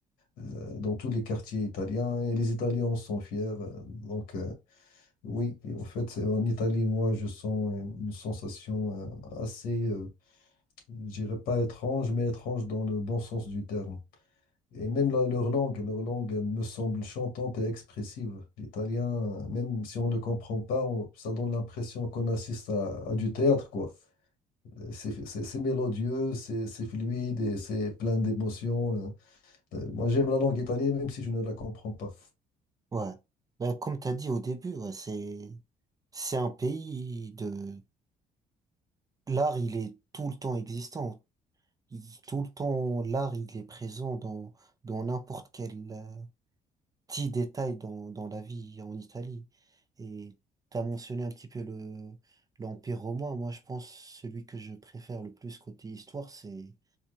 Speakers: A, on the left (about 80°); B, on the right (about 25°).
A: euh, dans tous les quartiers italiens et les Italiens en sont fiers. euh, Donc, euh, oui, et en fait, c'est- en Italie, moi, je sens euh, une sensation euh, assez, euh, je dirais pas étrange, mais étrange dans le bon sens du terme. Et même la- leur langue, leur langue euh, me semble chantante et expressive. L'italien, euh, même si on ne comprend pas, on- ça donne l'impression qu'on assiste à, à du théâtre, quoi. Euh, C'est c'est- c'est mélodieux, c'est c'est fluide et c'est plein d'émotions. euh. Euh, Moi, j'aime la langue italienne, même si je ne la comprends pas.
B: Ouais. Ben comme t'as dit au début, ouais, c'est, c'est un pays de L'art, il est tout le temps existant. Il- tout le temps, l'art, il est présent dans, dans n'importe quel euh, petit détail dans, dans la vie en Italie. Et tu as mentionné un petit peu le, l'Empire romain. Moi, je pense celui que je préfère le plus côté histoire, c'est